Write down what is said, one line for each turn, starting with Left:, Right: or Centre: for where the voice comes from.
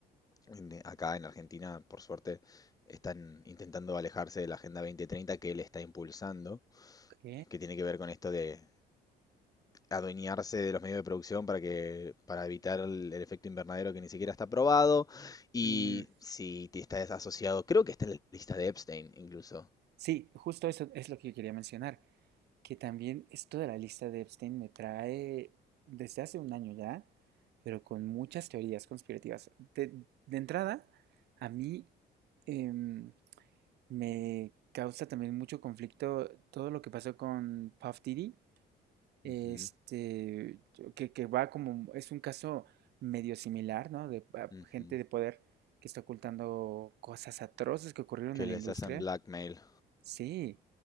Left: en- eh, acá en Argentina, por suerte, están intentando alejarse de la Agenda 2030 que él está impulsando,
Right: Ok.
Left: que tiene que ver con esto de adueñarse de los medios de producción para que, para evitar el, el efecto invernadero que ni siquiera está probado y
Right: Mm,
Left: si te estás asociado, creo que está en la lista de Epstein incluso,
Right: Sí, justo eso es lo que yo quería mencionar, que también esto de la lista de Epstein me trae desde hace un año ya, pero con muchas teorías conspirativas. De, de entrada, a mí em, me causa también mucho conflicto todo lo que pasó con Puff Diddy este,
Left: Ujú,
Right: que, que va como, es un caso medio similar, ¿no? De ah,
Left: ujú,
Right: gente de poder que está ocultando cosas atroces que ocurrieron
Left: Que
Right: en la
Left: les
Right: industria.
Left: hacen blackmail.
Right: Sí.